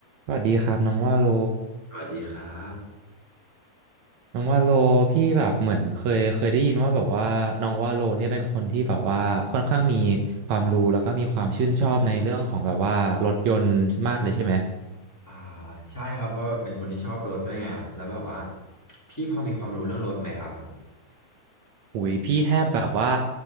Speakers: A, on the right (about 70°); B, in the centre.
A: สวัสดีครับน้องว่าโล
B: สวัสดีครับ
A: น้องว่าโลพี่แบบเหมือนเคยเคยได้ยินว่าแบบว่าน้องว่าโลเนี่ยเป็นคนที่แบบว่าค่อนข้างมีความรู้แล้วก็มีความชื่นชอบในเรื่องของแบบว่ารถยนต์มากเลยใช่ไหม
B: อ่าใช่ครับเพราะแบบเป็นคนที่ชอบรถด้วยไงแล้วแบบว่าพี่พอมีความรู้เรื่องรถไหมครับผม
A: หุยพี่แทบแบบว่า